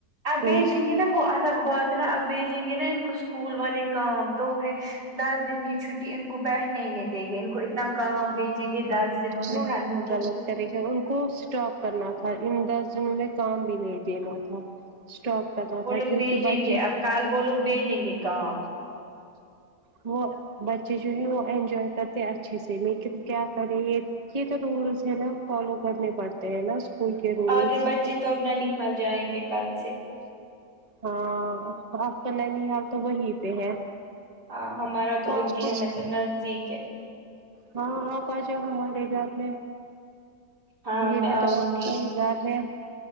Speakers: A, on the right; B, on the right.
A: اب بھیجینگے
B: ان
A: نہ وہ الگ بات تو نا اب بھیجیں گے نا ان کو اسکول والے کام تو وہ ہے دس دن کی چھٹی ان کو بیٹھنے ہی نہیں دے گی ان کو اتنا کام بھیجے گے دس دنوں میں
B: وہی
A: کرنے
B: وہ
A: کے
B: غلط
A: لیے
B: طریق ان کو اسٹاپ کرنا تھا ان دس دنوں میں کام بھی نہیں دینا تھا اسٹاپ کا تھا
A: وہ لوگ
B: کیونکہ
A: بھیجیں
B: بچے
A: گے اب کل وہ لوگ بھیجیں گے کام
B: وہ بچے جو ہیں وہ انجوائے کرتے اچھے سے لیکن کیا کریں یہ یہ تو رولس ہے نا فالو کرنے پڑتے ہیں نا اسکول کے رولس
A: آدھی بچے تو اب نانی حال جائیں گے کل سے
B: ہاں تو آپ کا نانی حال تو وہی پہ ہے
A: ہاں ہمارا تو
B: آپ
A: ادھر ہی
B: کو
A: ہمیں تو نزدیک ہے
B: ہاں آپ آ جاؤ ہمارے گھر میں
A: ہاں
B: یہ
A: میں
B: بھی
A: آؤں
B: تو با
A: گی
B: ہی گات ہے